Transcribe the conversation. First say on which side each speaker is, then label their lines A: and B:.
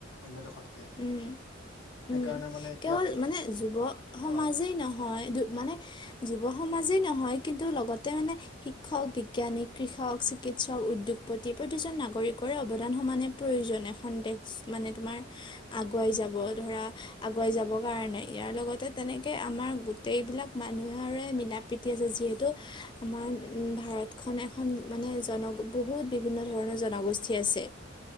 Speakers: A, on the left; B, on the left.
A: অন্য দেশত <unintelligible>
B: উম। উম,
A: এতিয়া
B: কেৱল মানে যুৱ সমাজেই
A: অ
B: নহয়, যু মানে যুৱ সম মাজে নহয় কিন্তু লগতে মানে, শিক্ষক, বিজ্ঞানী, কৃষক, চিকিৎসক, উদ্যোগপতি প্ৰতিজন নাগৰিকৰ অৱদান সমানে প্ৰয়োজন, এখন দেশ, মানে তোমাৰ আগুৱাই যাব, ধৰা আগুৱাই যাবৰ কাৰণে ইয়াৰ লগতে তেনেকে আমাৰ গোটেইবিলাক মা মানুহৰে মিলা প্ৰীতি আছে, যিহেতু আমাৰ ভাৰতখন এখন মানে জন বহুত বিভিন্ন ধৰণৰ জনগোষ্ঠী আছে,